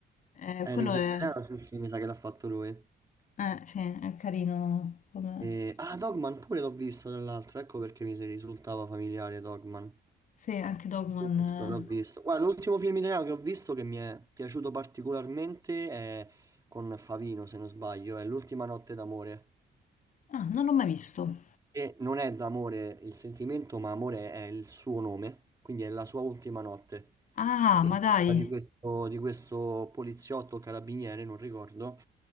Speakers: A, on the left; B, on the right.
A: Eh,
B: Eh,
A: quello
B: il regista
A: è...
B: italiano, sì, sì, mi sa che l'ha fatto lui.
A: Eh, sì, è carino come...
B: E- Ah, Dogman pure l'ho visto, tra l'altro, ecco perché mi si risultava familiare Dogman.
A: Sì, anche Dogman...
B: L'ho visto,
A: eh.
B: l'ho visto. Guarda, l'ultimo film italiano che ho visto che mi è piaciuto particolarmente è con Favino, se non sbaglio, è L'ultima notte d'amore.
A: Ah, non l'ho mai visto.
B: che non è d'amore il sentimento, ma amore è il suo nome, quindi è la sua ultima notte.
A: Ah,
B: E
A: ma dai.
B: parla di questo, di questo poliziotto carabiniere, non ricordo,